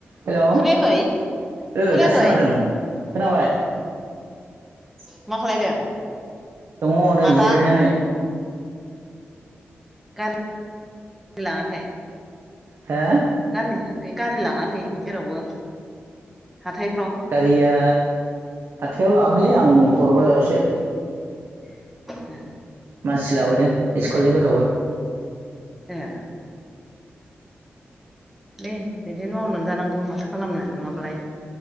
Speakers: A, on the right; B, in the centre.
A: हेलौ ओ
B: खोनायाखै खोनायाखै
A: दासो खोनादों खोनाबाय
B: उम
A: <unintelligible>
B: मा खालायदों
A: दङ नै
B: आदा
A: जिरायनानै
B: गारि लाङाखै
A: हो
B: गारि लां खै गारि लाङाखै जेरावबो हाथायफ्राव
A: गारिया हाथायाव लांआखैलै आं नै कर बाझारावसो
B: <inaudible>
A: मानसि लाबोदों इसकुलनि गथ'फोर
B: ए दे बिदिनो मावनानै जानांगौ माथो खालामनो नङाबालाय